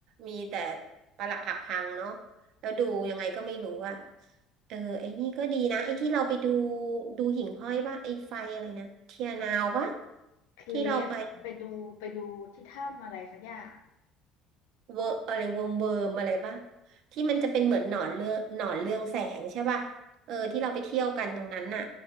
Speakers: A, on the right; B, on the left.
A: มีแต่ปรักหักพังเนาะแล้วดูยังไงก็ไม่รู้อ่ะ เออไอ้นี่ก็ดีนะไอ้ที่เราไปดูดูหิ่งห้อยป่ะไอ้ไฟอะไรนะเทียนาวป่ะ
B: เคลฟไปดูไปดูที่ถ้ำอะไรสักอย่าง
A: ที่เราไปเวอร์อะไรวงเวิร์มอะไรป่ะที่มันจะเป็นเหมือนหนอนเรืองหนอนเรืองแสงใช่ป่ะเออที่เราไปเที่ยวกันตรงนั้นน่ะ